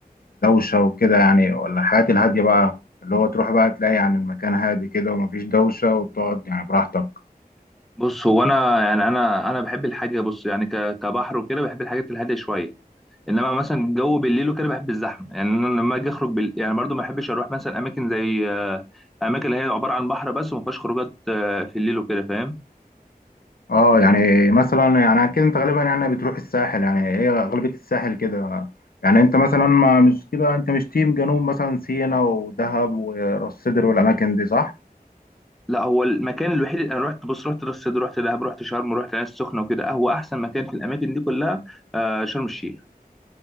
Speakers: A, on the left; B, in the centre.
A: الدوشه وكده يعني ولا الحاجات الهاديه بقى اللي هو تروح بقى تلاقي يعني المكان هادي كده ومفيش دوشه وتقعد يعني براحتك
B: بص هو انا يعني انا انا بحب الحاجه بص يعني ك- كبحر وكده بحب الحاجات الهاديه شويه انما مثلا الجو بالليل وكده بحب الزحمه يعني انا لما اجي اخرج بال... يعني برضو ما بحبش اروح مثلا اماكن زي آه، اماكن اللي هي عباره عن بحر بس وما فيهاش خروجات آه، في الليل وكده فاهم
A: اه يعني مثلا يعني اكيد انت غالبا يعني بتروح الساحل يعني هي غالبيه الساحل كده يعني انت مثلا ما مش كده انت مش تيم جنوب مثلا سينا ودهب وراس سدر والاماكن دي صح
B: لا هو المكان الوحيد اللي انا رحت بص رحت راس سدر رحت دهب رحت شرم رحت العين السخنه وكده هو احسن مكان في الاماكن دي كلها آه، شرم الشيخ